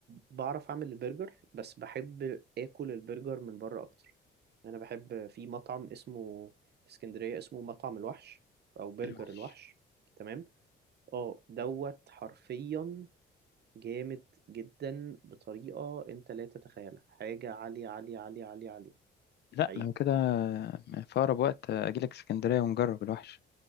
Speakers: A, on the right; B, on the left.
A: بعرف اعمل البرجر بس بحب اكل البرجر من بره اكتر انا بحب في مطعم اسمه في اسكندريه اسمه مطعم الوحش او برجر
B: الوحش
A: الوحش تمام اه دوت حرفيا جامد جدا بطريقه انت لا تتخيلها حاجه عاليه عاليه عاليه عاليه عاليه
B: لا
A: حقيقي
B: لو كده آه، في أقرب وقت آه، أجيلك اسكندرية ونجرب الوحش